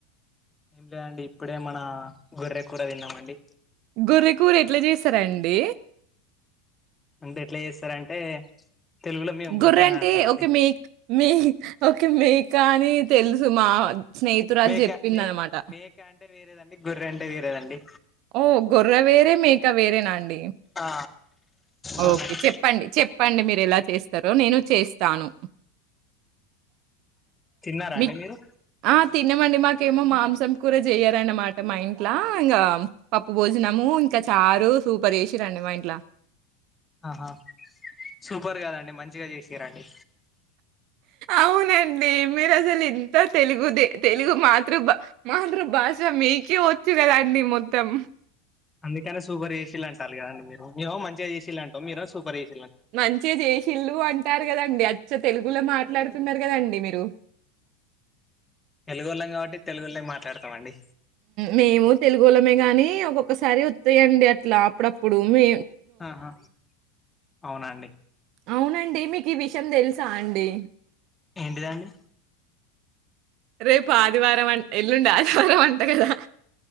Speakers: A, on the left; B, on the right.
A: ఏం లేదండి ఇప్పుడే మన గొర్రె కూర తిన్నామండి
B: గొర్రెకూర ఎట్లా చేస్తారండి
A: అంటే ఎట్లా చేస్తారంటే తెలుగులో మేము
B: గోరే
A: గొర్రె అని
B: అంటే
A: అంటామండి
B: ఓకే మేక్ మేక్ ఓక మేక్ కానీ తెలుసు మా స్నేహితురాలు
A: మేక
B: జెప్పిందనమాట.
A: మే మేక అంటే వేరేదండి గొర్ర అంటే వేరేదండి
B: ఓహ్! గొర్రె వేరే, మేక వేరేనా అండి?
A: ఆ
B: ఓకే
A: అవునండి.
B: చెప్పండి చెప్పండి మీరు ఎలా చేస్తారో నేను చేస్ తాను
A: తిన్నారా
B: మి
A: అండి మీరు
B: ఆ తిన్న మండి మా నాకేమో మాంసం కూర చేయారన్నమాట మా ఇంట్లా, ఇంకా పప్పు భోజనము ఇంకా చారు సూపర్ చెసి రండి మా ఇంట్ల
A: ఆహా సూపర్ కదండి మంచిగా చేసిరండి
B: అవునండి, మీరు అసలు ఇంత తెలుగుదే తెలుగు మాతృభా మాతృభాష మీకే వచ్చు కదా అండి మొత్తం
A: అందుకనే సూపర్ ఏసీలు అంటాలి కదండి మీరు, మే మంచిగా ఏసీలుంటం మీరు సూపర్ ఏస
B: మంచి చేసిల్లు అంటారు కదండి అచ్చ్య తెలుగులో మాట్లాడుతున్నారు కదండి మీరు
A: తెలుగుళ్ళం కాబట్టి తెలుగు లే మాట్లాడతాం అండి
B: మేము తెలుగులమే గాని ఒక్కొక్కసారి వత్తయండి అట్లా అప్పుడప్పుడు మే
A: ఆహా అవునాండి
B: అవునండి మీకు ఈ విషయం తెలుసా అండి
A: ఏంటిదండి
B: రేపు ఆదివారం అంట్ ఎల్లుండి ఆదివారం అంట కదా